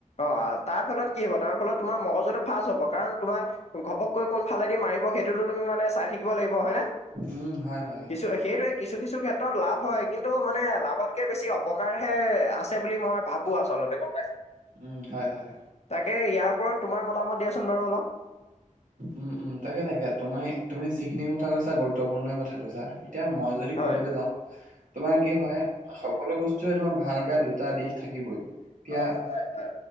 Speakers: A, on the left; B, on the right.
A: অ তাৰ ফলত কি হ'ব? তাৰ ফলত তোমাৰ মগজুটো ফাৰ্ষ্ট হ'ব কাৰণ তোমাৰ ঘপককৈ কোন ফালেদি মাৰিব সেইটোতো তুমি চাই থাকিব লাগিব হয় না?
B: উম হয়। হয় অ
A: দিছুৱে সেইটোৱে কিছু - কিছু ক্ষেত্ৰত লাভ হয় কিন্তু মানে লাভতকে বেছি অপকাৰহে আছে বুলি মই ভাব বো আচলতে গম পাইছা?
B: উম হয় হয়
A: তাকে ইয়াৰ ওপৰত তোমাৰ মতামত দিয়াচোন বাৰু অলপ?
B: উম উম তাকে তাকে, তুমাই তুমি যিখিনি কথা কৈছা গুৰুত্বপূৰ্ণ কথা কৈছা এতিয়া মই যদ দি
A: হয়
B: কবলৈ যাওঁ, তোমাৰ কি হয়? সকলো বস্তুৰে তোমাৰ ভাল - বেয়া দুটা দিশ থাকিবই। এতিয়া
A: অ হয় হয়